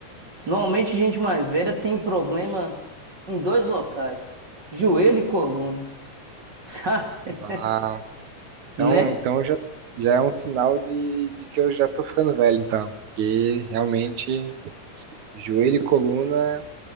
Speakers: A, on the right; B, on the right.
A: normalmente gente mais velha tem problema em dois locais, joelho e coluna, <laughs> sabe,
B: Ah, então,
A: né?
B: então já, já é um sinal de, de que eu já tô ficando velho, então. Porque realmente, joelho e coluna